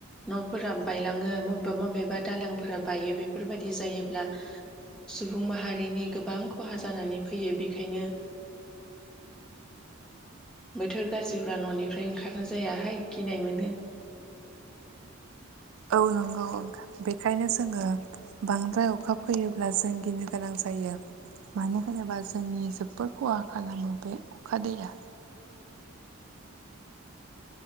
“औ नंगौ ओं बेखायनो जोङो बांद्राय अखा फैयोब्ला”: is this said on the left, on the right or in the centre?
Right